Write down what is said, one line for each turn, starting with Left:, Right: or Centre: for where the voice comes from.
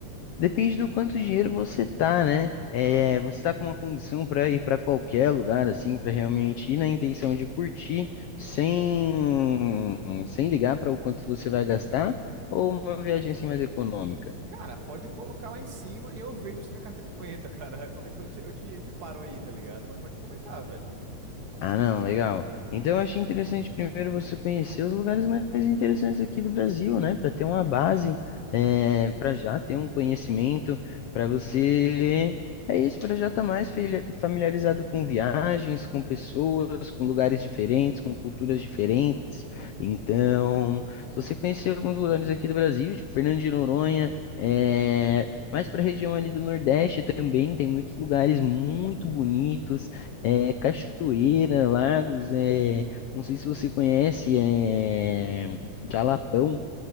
Left: Depende do quanto dinheiro você tá, né? É,
Right: Ah.
Left: você tá com uma condição pra ir pra qualquer lugar, assim, pra realmente ir na intenção de curtir, sem, sem ligar pra o quanto você vai gastar, ou uma viagem assim mais econômica?
Right: Cara, pode colocar lá em cima e eu vejo se minha carteira aguenta, cara. <laughs> Qualquer coisa eu te, eu te eu te paro aí, tá ligado? Mas pode comentar, velho.
Left: Ah, não, legal. Então eu achei interessante primeiro você conhecer os lugares mais interessantes aqui do Brasil, né? Para
Right: Uhum.
Left: ter uma base, para já ter um conhecimento, para você. É isso, para já estar mais filha- familiarizado com viagens, com pessoas, com lugares diferentes, com culturas diferentes. Então, se você conhecer alguns lugares aqui do Brasil, tipo Fernando de Noronha, é... mais para a região ali do Nordeste também, tem muitos lugares muito bonitos é, cachoeira, lagos, é, não sei se você conhece, é, Jalapão.